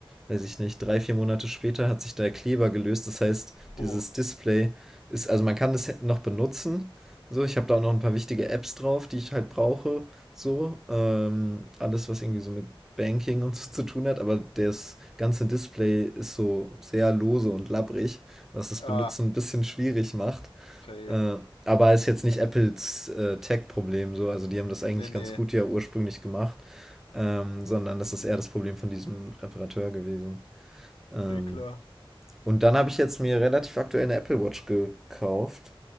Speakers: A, in the centre; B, on the left.
A: weiß ich nicht, drei, vier Monate später hat sich der Kleber gelöst. Das heißt,
B: Oh,
A: dieses Display ist, also man kann das noch benutzen. So, ich habe da auch noch ein paar wichtige Apps drauf, die ich halt brauche. So, ähm, alles, was irgendwie so mit Banking und so zu tun hat, aber das ganze Display ist so sehr lose und labbrig, was das
B: ah,
A: Benutzen ein bisschen schwierig macht.
B: fail.
A: Äh, aber ist jetzt nicht Apples äh, Tech-Problem so. Also die haben das eigentlich
B: Nee, nee.
A: ganz gut ja ursprünglich gemacht, ähm, sondern das ist eher das Problem von diesem Reparateur gewesen. Ähm,
B: Nee, klar.
A: und dann habe ich jetzt mir relativ aktuell eine Apple Watch gekauft.